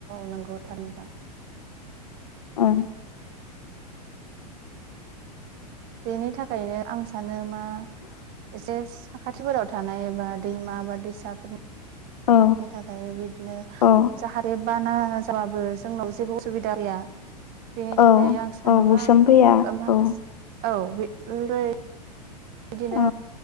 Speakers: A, on the right (about 45°); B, on the left (about 70°).
A: नंगौ थार नोंथां
B: औ उम
A: बेनि थाखायनो आं सानो मा एसे साखाथिफोराव थानाय एबा दैमा बा दैसाफोरनि
B: औ
A: बिनि थाखाय बिदिनो
B: औ
A: जाहारे बाना जाबाबो जोंनाव जेबो असुबिदा गैया बेनि थाखाय
B: औ
A: आं सानोबा
B: औ बुसोम फैया
A: माखासे
B: औ
A: औ <unintelligible> बिदिनो
B: औ